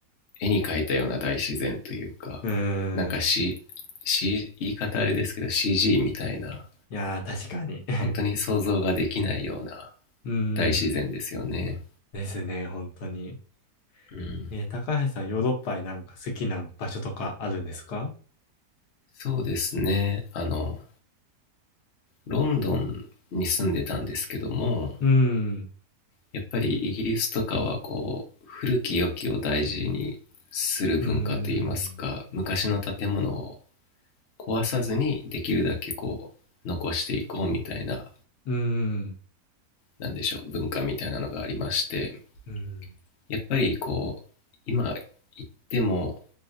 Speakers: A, on the left; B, on the left.
A: 絵に描いたような大自然というか、
B: うー
A: なんか、C、
B: ん。
A: C、言い方あれですけど CG みたいな、
B: いやー、確かに。<laughs>
A: 本当に想像ができないような
B: うー
A: 大自然ですよね。
B: ん。ですね、本当に。
A: うん。
B: えー高橋さん、ヨーロッパでなんか好きな場所とかあるんですか
A: そうですね。あの、ロンドンに住んでたんですけども、
B: うん、
A: やっぱりイギリスとかはこう、古き良きを大事にする文化といいますか、
B: うん、
A: 昔の建物を壊さずにできるだけこう、残していこうみたいな
B: うん、
A: なんでしょう、文化みたいなのがありまして、
B: うん。
A: やっぱりこう、今行っても、